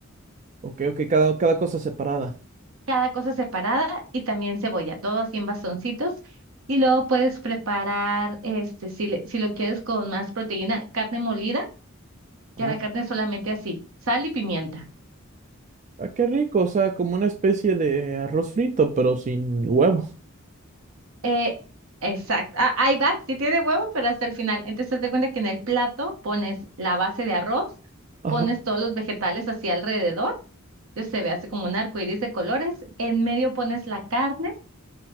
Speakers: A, on the right; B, on the right.
A: ok, ok, cada, cada cosa separada.
B: cada cosa separada y también cebolla, todo así en bastoncitos. Y luego puedes preparar, este, si, le- si lo quieres con más proteína, carne molida, ya
A: Ah,
B: la carne solamente así, sal y pimienta.
A: ah, qué rico, o sea, como una especie de arroz frito, pero sin huevo.
B: Eh, exacto, Ah, ahí va, sí tiene huevo, pero hasta el final. Entonces, te cuenta que en el plato pones la base de arroz,
A: Ajá.
B: pones todos los vegetales así alrededor, entonces se ve así como un arco iris de colores, en medio pones la carne